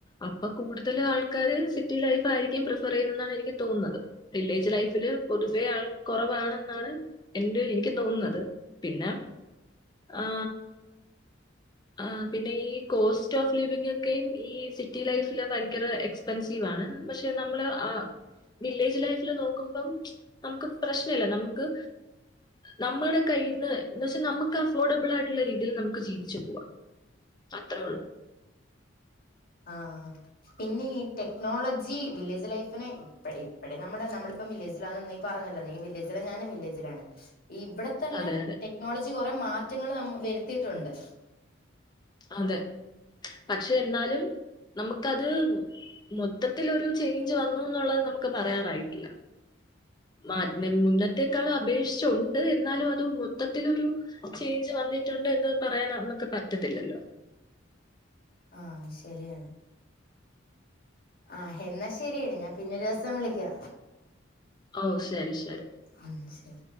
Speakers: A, on the left; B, on the left.
A: അപ്പൊ കൂടുതൽ ആൾക്കാര് സിറ്റി ലൈഫ് ആയിരിക്കും പ്രിഫർ ചെയ്യുന്ന എന്നാണ് എനിക്ക് തോന്നുന്നത് വില്ലേജ് ലൈഫില് പൊതുവേ ആൾ കുറവാണെന്നാണ് എന്റെരു എനിക്ക് തോന്നുന്നത് പിന്ന ആ ആ പിന്നെ ഈ കോസ്റ്റ് ഓഫ് ലിവിംഗ്‌ ഒക്കെയും ഈ സിറ്റി ലൈഫില് ഭയങ്കര എക്സ്പെൻസീവ് ആണ് പക്ഷെ നമ്മള് വില്ലേജ് ലൈഫില് നോക്കുമ്പം നമുക്ക് പ്രശ്നമില്ല നമുക്ക് നമ്മളുടെ കയ്ന്ന് എന്ന് വച്ചാൽ നമുക്ക് അഫോർഡബിൾ ആയിട്ടുള്ള രീതിയിൽ നമുക്ക് ജീവിച്ചു പോകാം അത്രള്ളൂ
B: ആ പിന്നെ ഈ ടെക്നോളജി വില്ലേജ് ലൈഫിനെ ഇ ഇപ്പടെ നമ്മുടെ നമ്മളിപ്പം വില്ലേജിലാന്നന്നെ പറഞ്ഞല്ലോ നീ വില്ലേജില ഞാനും വില്ലേജിലാണ് ഇവിടെ തന്നെ
A: അതെ അതെ
B: ടെക്നോളജി കുറെ മാറ്റങ്ങൾ നമ്മ വരുത്തിട്ടുണ്ട്
A: അതെ പക്ഷെ എന്നാലും നമുക്കത് മൊത്തത്തിലൊരു ചേഞ്ച് വന്നു എന്നുള്ളത് നമുക്ക് പറയാറായിട്ടില്ല മാറ്റ മുന്നത്തേകാള്‍ അപേക്ഷിച്ച് ഉണ്ട് എന്നാലും അത് മൊത്തത്തിലൊരു ചേഞ്ച് വന്നിട്ടുണ്ട് എന്ന് പറയാൻ നമുക്ക് പറ്റത്തില്ലല്ലോ
B: ആ ശരിയാണ് ആ എന്നാ ശരിയെട ഞാൻ പിന്നെ ഒരു ദിവസം വിളിക്കാ
A: ഓ ശരി ശരി
B: ഉം ശരി